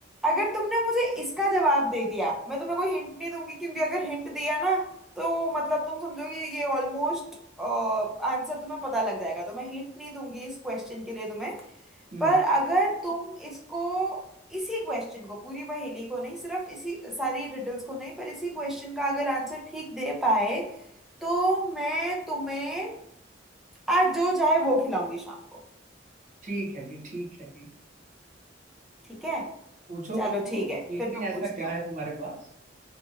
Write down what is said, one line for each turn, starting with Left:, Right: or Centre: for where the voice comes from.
Centre: अगर तुमने मुझे इसका जवाब दे दिया मैं तुम्हें कोई हिंट नहीं दूंगी क्योंकि अगर हिंट दिया ना तो मतलब तुम समझोगे ये ऑलमोस्ट आंसर तुम्हें पता लग जाएगा तो मैं हिंट नहीं दूंगी इस क्वेश्चन के लिए तुम्हें
Right: हम्म
Centre: पर अगर तुम इसको इसी क्वेश्चन को पूरी पहेली को नहीं सिर्फ इसी सारी रिडल्स को नहीं पर इसी क्वेश्चन का अगर आंसर ठीक दे पाए तो मैं तुम्हें आज जो चाहे वो खिलाऊंगी शाम को
Right: ठीक है जी ठीक है जी
Centre: ठीक है
Right: पूछो
Centre: चलो
Right: पूछो
Centre: ठीक है
Right: देखते
Centre: फिर
Right: हैं
Centre: मैं
Right: ऐसा
Centre: पूछती
Right: क्या
Centre: हूँ
Right: है तुम्हारे पास